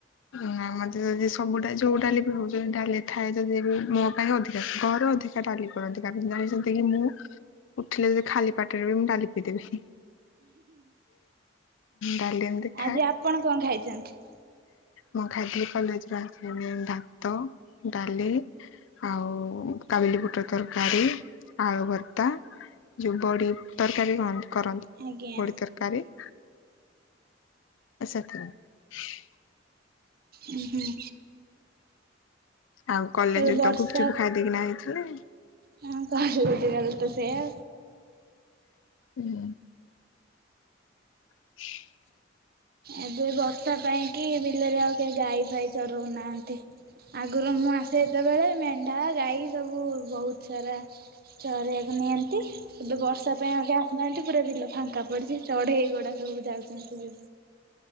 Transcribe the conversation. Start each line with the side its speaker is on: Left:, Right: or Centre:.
Left: ନା ମତେ ଯଦି ସବୁଟା ଯୋଉ ଡାଲି ବି ହଉ ଯଦି ଡାଲି ଥାଏ ଯଦି ବି ମୋ ପାଇଁ ଅଧିକା। କର ଅଧି ଡାଲି କରନ୍ତି। କାରଣ ଜାଣିଛନ୍ତି କି ମୁଁ ଉଠିଲେ ଯେ ଖାଲି ପାଟିରେ ବି ମୁଁ ଡାଲି ପିଇଦେବି। ଡାଲି ଏମିତି ଖାଏ
Right: ଆଜି ଆପଣ କଣ ଖାଇଛନ୍ତି?
Left: ମୁଁ ଖାଇଥିଲି କଲେଜରୁ ଆସିକିନି ଭାତ, ଡାଲି ଆଉ କାବିଲିବୁଟ ତରକାରୀ, ଆଳୁ ଭର୍ତ୍ତା ଯୋଉ ବଡି ତରକାରୀ କରନ୍ତି
Right: ଆଜ୍ଞା
Left: ବଡି ତରକାରୀ <unintelligible>
Right: ଉଁ ହୁଁ।
Left: ଆଉ କଲେଜ
Right: ଏବେ
Left: ରେ
Right: ବର୍ଷା
Left: ତ ଗୁପଚୁପ ଖାଇ ଦେଇକିନା ଆଇଥିଲେ।
Right: ହଁ କଲେଜ୍ ଗଲେ ତ ସେଇୟା।
Left: ଉଁ। <inaudible>
Right: ଏବେ ବର୍ଷା ପାଇଁ କି ବିଲରେ ଆଉ କେହି ଗାଈ ଫାଇ ଚରଉନାହାନ୍ତି। ଆଗରୁ ମୁଁ ଆସେ ଯେତେବେଳେ ମେଣ୍ଢା, ଗାଈ ସବୁ ବହୁତ୍ ସାରା ଚରେଇବାକୁ ନିଅନ୍ତି। ଏବେ ବର୍ଷା ପାଇଁ ଆଉ କେହି ଆସୁନାହାନ୍ତି ପୁରା ବିଲ ଫାଙ୍କା ପଡିଚି, ଚଢେଇଗୁଡା ସବୁ ଯାଉଛନ୍ତି।